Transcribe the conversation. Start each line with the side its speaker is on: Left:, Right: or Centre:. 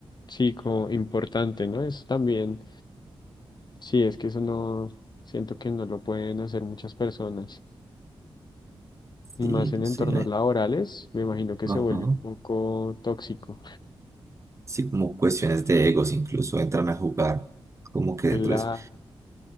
Left: sí, como importante, ¿no? Eso también, sí, es que eso no, siento que no lo pueden hacer muchas personas. Y
Right: Sí,
Left: más en
Right: no
Left: entornos
Right: sé. eh,
Left: laborales, me imagino que
Right: Ajá.
Left: se vuelve un poco tóxico.
Right: Sí, como cuestiones de egos incluso entran a jugar como que
Left: Claro,
Right: dentro de eso.